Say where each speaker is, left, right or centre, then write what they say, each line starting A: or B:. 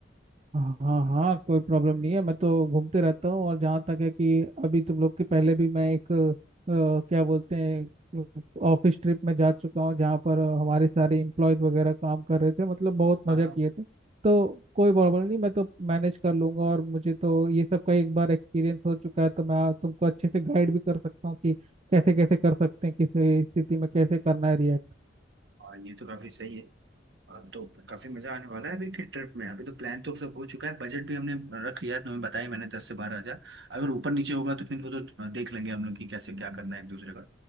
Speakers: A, on the right (about 35°); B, on the right (about 65°).
A: हाँ हाँ कोई प्रॉब्लम नहीं है मैं तो घूमते रहता हूँ और जहाँ तक है कि अभी तुम लोग के पहले भी मैं एक अ, क्या बोलते हैं ऑफिस ट्रिप में जा चुका हूँ जहाँ पर हमारे सारे इम्प्लॉयज वगैरह काम कर रहे थे मतलब बहुत
B: हाँ
A: मज़ा
B: हाँ
A: किए थे तो कोई प्रॉब्लम नहीं मैं तो मैनेज कर लूंगा और मुझे तो ये सब का एक बार एक्सपीरियंस हो चुका है तो मैं तुमको अच्छे से गाइड भी कर सकता हूँ कि कैसे कैसे कर सकते हैं किस स्थिति में कैसे करना है react।
B: हाँ ये तो काफी सही है हाँ, तो काफी मजा आने वाला है अभी के ट्रिप में अभी तो प्लान तो सब हो चुका है बजट भी हमने रख लिया है तुम्हें बताया मैंने दस से बारह हजार अगर ऊपर नीचे होगा तो फिर वो तो देख लेंगे हम लोग कि कैसे क्या करना है एक दूसरे का